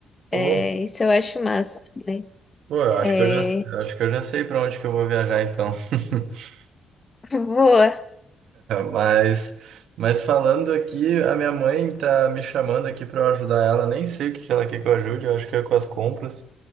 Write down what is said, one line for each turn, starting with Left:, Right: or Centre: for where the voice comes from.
Right: Pô,
Left: É, isso eu acho massa. né?
Right: pô, eu
Left: É,
Right: acho que eu já, acho que eu já sei para onde que eu vou viajar então. <laughs>
Left: <laughs> boa.
Right: Mas, mas falando aqui, a minha mãe tá me chamando aqui para eu ajudar ela, nem sei o que que ela quer que eu ajude, eu acho que é com as compras.